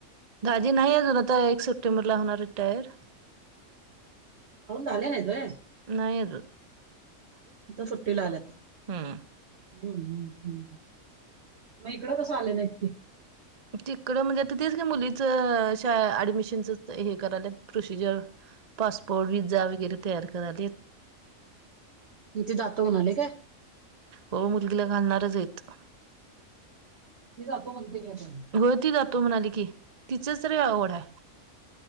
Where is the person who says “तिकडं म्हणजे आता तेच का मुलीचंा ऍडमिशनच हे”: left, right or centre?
Right